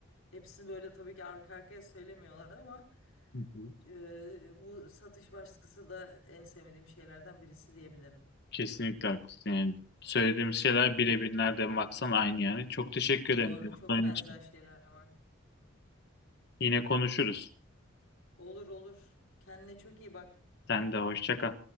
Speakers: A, on the left; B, on the left.
A: Hepsini böyle tabii ki arka arkaya söylemiyorlar ama
B: Hı hı.
A: e, bu satış baskısı da en sevmediğim şeylerden birisi diyebilirim.
B: Kesinlikle haklısın yani. Söylediğimiz şeyler birebir nereden baksan aynı yani. Çok teşekkür ederim
A: Doğru,
B: cevapların
A: çok benzer
B: için.
A: şeyler var.
B: Yine konuşuruz.
A: Olur olur. Kendine çok iyi bak.
B: Sen de hoşça kal.